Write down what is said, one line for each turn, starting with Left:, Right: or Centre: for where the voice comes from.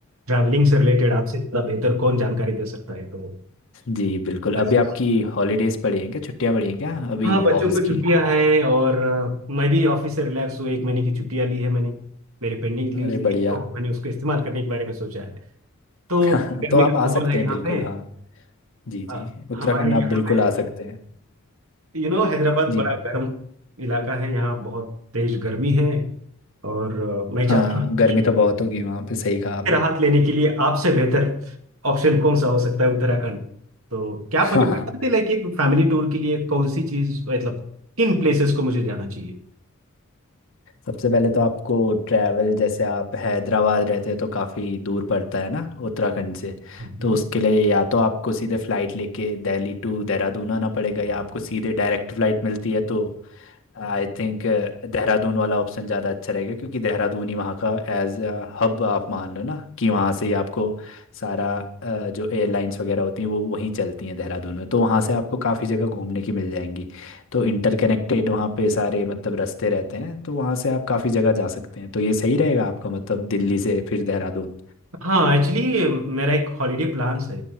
Right: ट्रैवलिंग से रिलेटेड आपसे ज़्यादा बेहतर कौन जानकारी दे सकता है तो
Left: जी बिल्कुल
Right: बस
Left: अभी आपकी हॉलीडेज पड़ी हैं क्या छुट्टियां पड़ी हैं क्या अभी
Right: हाँ बच्चों
Left: ऑफिस
Right: को छुट्टियां
Left: की
Right: हैं और अ, मैं भी ऑफिस से रिलैक्स हूँ एक महीने की छुट्टियां ली है मैंने मेरे पेंडिंग लीव्स
Left: अरे
Right: थी,
Left: बढ़िया
Right: तो मैंने उसको इस्तेमाल करने के बारे में सोचा है तो
Left: <laughs>
Right: गर्मी
Left: तो आप
Right: का
Left: आ
Right: माहौल
Left: सकते
Right: है
Left: हैं
Right: यहाँ
Left: बिल्कुल
Right: पे
Left: हाँ जी
Right: अ,
Left: जी उत्तराखंड
Right: हमारे
Left: आप
Right: यहाँ
Left: बिल्कुल
Right: पे
Left: आ सकते हैं
Right: यू नो हैदराबाद
Left: जी
Right: बड़ा
Left: ब-
Right: गर्म इलाका है यहाँ बहुत तेज गर्मी है और अ, मैं चाहता
Left: हाँ
Right: हूँ कुछ
Left: गर्मी तो बहुत होगी वहाँ पे सही कहा आपने
Right: राहत लेने के लिए आपसे बेहतर ऑप्शन कौन सा हो सकता है उत्तराखंड तो क्या
Left: <laughs>
Right: आप मुझे
Left: हाँ
Right: बता
Left: हाँ
Right: सकते हैं लाइक एक फैमिली टूर के लिए कौन सी चीज मतलब किन प्लेसेस को मुझे जाना चाहिए
Left: सबसे पहले तो आपको ट्रैवल जैसे आप हैदराबाद रहते हो तो काफ़ी दूर पड़ता है ना उत्तराखंड से
Right: हम्म।
Left: तो उसके लिए या तो आपको सीधे फ़्लाइट लेके दिल्ली टू देहरादून आना पड़ेगा या आपको सीधे डायरेक्ट फ़्लाइट मिलती है तो आई थिंक देहरादून वाला ऑप्शन ज़्यादा अच्छा रहेगा क्योंकि देहरादून ही वहाँ का एज हब आप मान लो ना कि वहाँ से ही आपको सारा अ, जो एयरलाइंस वगैरह होती हैं वो वहीं चलती हैं देहरादून में तो वहाँ से आपको काफ़ी जगह घूमने की मिल जाएंगी तो इंटरकनेक्टेड वहाँ पे सारे मतलब रास्ते रहते हैं तो वहाँ से आप काफ़ी जगह जा सकते हैं तो ये सही रहेगा आपका मतलब दिल्ली से फिर देहरादून
Right: हाँ एक्चुअली मेरा एक हॉलीडे प्लान्स है